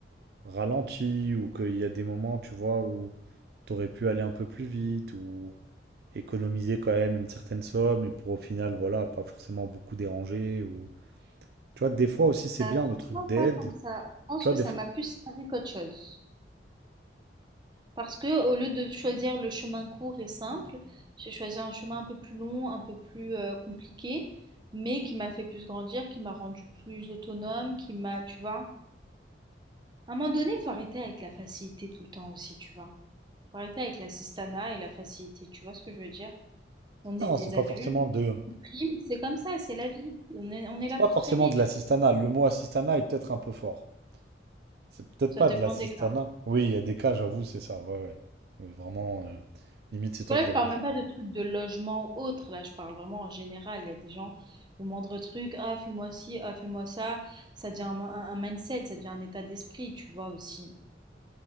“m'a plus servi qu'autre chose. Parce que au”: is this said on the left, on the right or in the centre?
Right